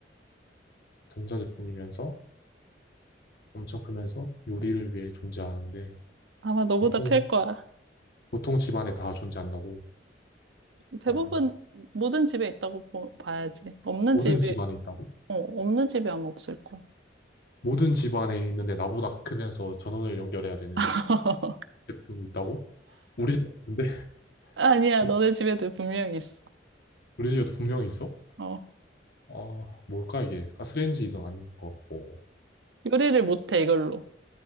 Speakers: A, on the left; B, on the right.
A: 전자제품이면서 엄청 크면서 요리를 위해 존재하는데
B: 아마 너보다
A: 보통
B: 클 거야.
A: 보통 집안에 다 존재한다고?
B: 대부분
A: 어,
B: 모든 집에 있다고 보- 봐야지. 없는
A: 모든
B: 집에,
A: 집안에 있다고?
B: 어, 없는 집이 아마 없을 거야.
A: 모든 집 안에 있는데 나보다 크면서 전원을 연결해야 되는
B: <laughs>
A: 제품이 있다고? 우리 집 없는데?
B: 아니야,
A: <laughs>
B: 너네 집에도 분명히 있어.
A: 우리 집에도 분명히 있어?
B: 어,
A: 아, 뭘까 이게? 가스레인지도 아닌 것 같고.
B: 요리를 못해, 이걸로.